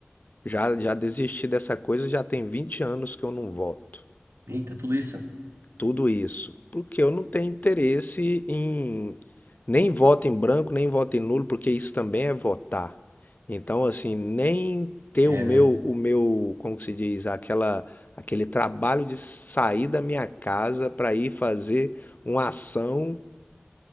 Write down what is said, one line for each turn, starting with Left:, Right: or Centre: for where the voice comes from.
Left: Já, já desisti dessa coisa, já tem 20 anos que eu não voto.
Right: eita, tudo isso?
Left: Tudo isso. Porque eu não tenho interesse em nem voto em branco, nem voto em nulo, porque isso também é votar. Então, assim, nem ter
Right: É,
Left: o meu,
Right: né?
Left: o meu, como que se diz, aquela, aquele trabalho de sair da minha casa para ir fazer uma ação